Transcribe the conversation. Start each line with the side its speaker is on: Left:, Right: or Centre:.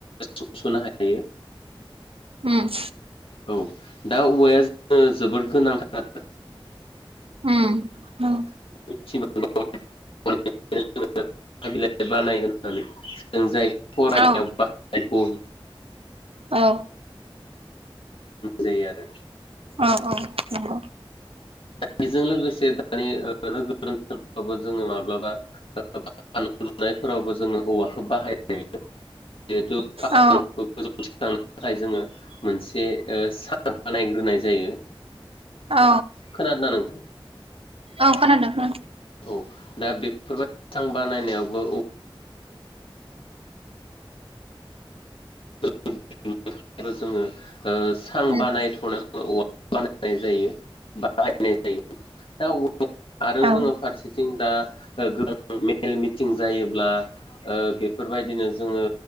Left: सुंस'नो हायो।
Right: उम
Left: औ दा औवाया जोङो जोबोद गोनांथार।
Right: उम उम
Left: <unintelligible> बानाय होननानै जों जाय फरानियाव
Right: औ
Left: बहायगौ
Right: औ।
Left: जायो आरो।
Right: अ अ नंगौ।
Left: बेजों लोगोसे दानि ओ नोगोर बो जोङो माब्लाबा फान लुनायफोरावबो जोङो औवा खौ बाहायायो जिहेतु सखांनो
Right: औ
Left: थाखाय जोङो मोनसे ओ सान नायग्रोनाय जायो।
Right: औ
Left: खोनादों ना नोंथां?
Right: औ खोनादों खोनादों।
Left: औ दा बेफोरबायसां बानायनायावबो औ <unintelligible> थाखाय जोङो ओ सां
Right: उम
Left: बानायथ'नायाव औवाल बानायनाय जायो बायनाय जायो। दा आरो
Right: उम
Left: जोङो फारसेथिं दा ओ मेल मिटिं जायोब्ला ओ बेफोरबायदिनो जोङो